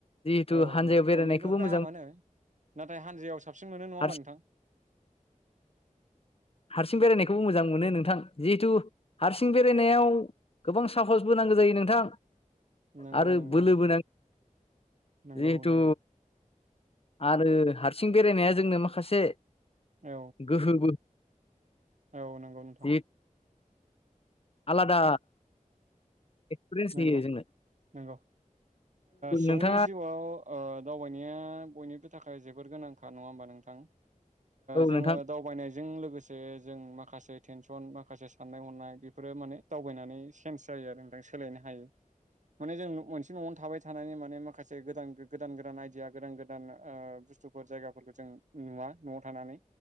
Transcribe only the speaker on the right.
औ
मोननैबो गाहामानो
नाथाय हानजायाव साबसिन मोनो नङा होमबा
नोंथां
नंगौ
नंगौ
नोंथां
नंगौ
नंगौ
औ
औ नंगौ नोंथां
नंगौ
नंगौ सुबुंनि
जिउआव दावबायनाया बयनिबो थाखाय जोबोर गोनांखा नङा होमबा नोंथां
जोङो
दावबायनायजों लोगोसे जों माखासे टेनसन माखासे साननाय हनाय बेफोरो माने दावबायनानै चेन्ज जायो आरो नोंथां सोलायनो हायो माने जों मोनसे न'आवनो थाबाय थानानै माने माखासे गोदान गोदान गोदान आइदिया गोदान गोदान बुस्थुफोर जायगाफोरखौ जों नुवा न'आव थानानै